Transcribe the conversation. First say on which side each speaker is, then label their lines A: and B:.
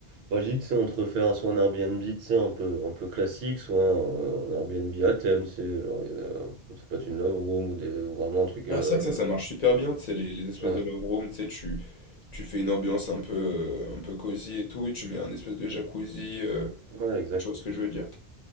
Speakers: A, on the right (about 70°); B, on the left (about 45°).
A: bah, je dis, tu sais, entre faire soit un Airbnb, tu sais, un peu, un peu classique, soit un, un Airbnb à thème, tu sais, genre, il y a- ça peut être une love room ou, des, ou vraiment un truc.
B: Ah,
A: euh,
B: c'est vrai que ça, ça marche super bien, tu sais, les, les espèces
A: ouais,
B: de love room, tu sais, tu, tu fais une ambiance un peu, euh, un peu cosy et tout, et tu mets un espèce de jacuzzi, euh,
A: ouais, exact.
B: tu vois ce que je veux dire.